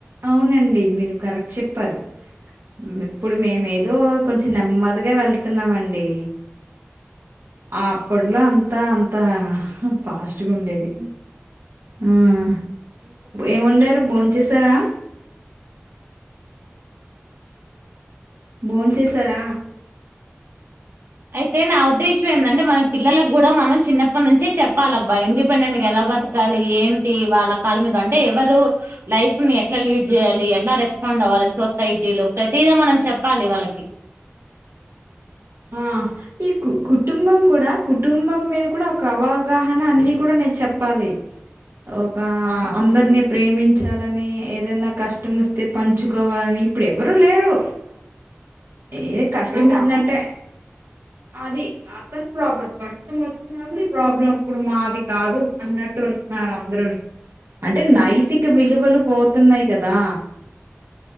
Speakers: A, on the right; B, on the right.
A: అవునండి మీరు కరెక్ట్ చెప్పారు, ఇప్పుడు మేము ఏదో కొంచం నెమ్మదిగా వెళ్తున్నామండి అప్పట్లో అంతా అంతా ఫాస్ట్ గా ఉండేది, మ్మ్ ఏం వండారు భోంచేసారా భోంచేశార
B: అయితే నా ఉద్దేశ్యం ఏంది అంటే మనం పిల్లలకు కూడా మనం చిన్నప్పటి నుంచే చెప్పాలబ్బా ఇండిపెండెంట్గా ఎలా బతకాలి ఏంటి వాళ్ళ కాళ్ళ మీద అంటే ఎవరు లైఫ్ ని ఎట్లా లీడ్ చేయాలి ఎట్లా రెస్పాండ్ వాళ్ళు సొసైటీలో ప్రతిది మనం చెప్పాలి వాళ్ళకి
A: ఆ ఈ కు కుటుంబం కూడా కుటుంబం, మీద కూడా ఒక అవగాహన అన్ని అప్పుడు మీరు చెప్పాలి ఒక
B: ఆ
A: అందరినీ ప్రేమించాలని ఏదన్నా కష్టం వస్తే పంచుకోవాలని ఇప్పుడు ఎవరు లేరు ఏ కష్టం
B: ఏ
A: వచ్చిందంటే
B: కష్ట
A: అది అతడి ప్రాబ్లం కష్టం వచ్చినాది ఈ ప్రాబ్లం మాది కాదు అన్నట్టు మన అందరూ అంటే నైతిక విలువలు పోతున్నాయి. కదా